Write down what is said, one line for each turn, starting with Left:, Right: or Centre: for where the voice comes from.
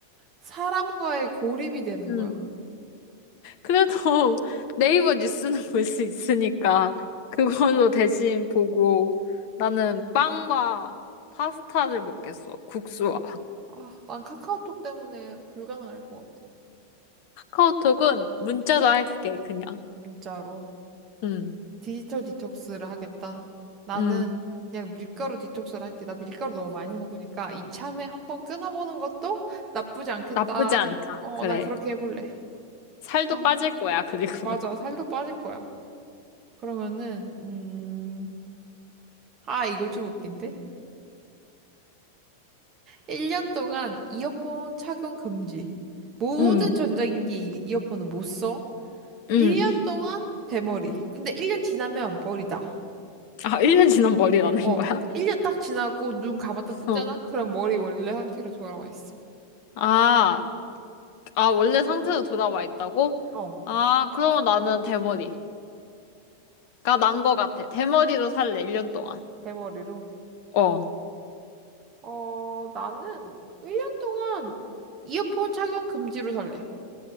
Right: 사람과의 고립이 되는
Left: 응.
Right: 거야.
Left: 그래도 <laughs> 네이버 뉴스는 볼 수 있으니까 그걸로 대신 보고 나는 빵과 파스타를 먹겠어. 국수와.
Right: 아, 난 카카오톡 때문에 불가능할 것 같아.
Left: 카카오톡은 문자로 할게, 그냥.
Right: 진짜로.
Left: 음,
Right: 디지털 디톡스를 하겠다. 나는
Left: 음.
Right: 그냥 밀가루 디톡스를 할게. 나 밀가루 너무 많이 먹으니까 이참에 한번 끊어보는 것도 나쁘지 않겠다.
Left: 나쁘지 않다.
Right: 어,
Left: 그래.
Right: 난 그렇게 해볼래.
Left: 살도
Right: 아,
Left: 빠질 거야, 그리고.
Right: 맞아. 살도 빠질 거야. 그러면은, 음, 아, 이거 좀 웃긴데? 1년 동안 이어폰 착용 금지. 모든
Left: 음,
Right: 전자기기 이- 이어폰은 못 써.
Left: 음.
Right: 1년 동안 대머리. 근데 1년 지나면 머리다.
Left: 아, 1년 지난 머리라는
Right: 어,
Left: 거야?
Right: 1년 딱 지나고 눈 감았다
Left: <laughs>
Right: 떴잖아?
Left: 어.
Right: 그럼 머리 원래 상태로 돌아와 있어.
Left: 아, 아, 원래 상태로 돌아와 있다고?
Right: 어.
Left: 아, 그러면 나는 대머리가 난 거 같아. 대머리로 살래, 1년 동안.
Right: 대머리로.
Left: 어.
Right: 어, 나는 1년 동안 이어폰 착용 금지로 살래.